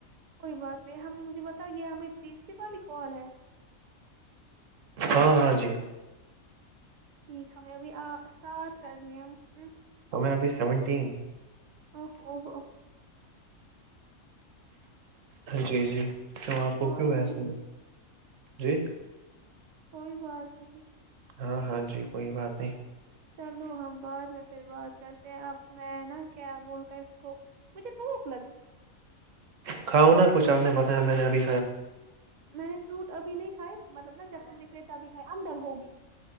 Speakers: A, on the right; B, on the right.
A: کوئی بات نہیں ہم نے مجھے بتا یہ ہمیں تیسری والی کال ہے
B: ہاں ہاں جی
A: ٹھیک ہمیں ابھی آ ساتھ کرنی ہے
B: ہمیں ابھی سیونٹین
A: اوہ اوہ
B: جی جی کیوں
A: کوئی
B: آپ کو کیوں وسا
A: نہیں
B: جی
A: کوئی بات نہیں
B: ہاں ہاں جی کوئی بات نہیں
A: چلو ہم بعد میں پھر بات کرتے ہیں اب میں نا کیا بولتا اس کو مجھے بھوک لگی
B: کھا نا کچھ آپ نے بتایا میں نےبھی
A: میں نے فروٹ ابھی نہیں کھائے مطلب نا جب سے نکلے تبھی کھائے اندر ہوگی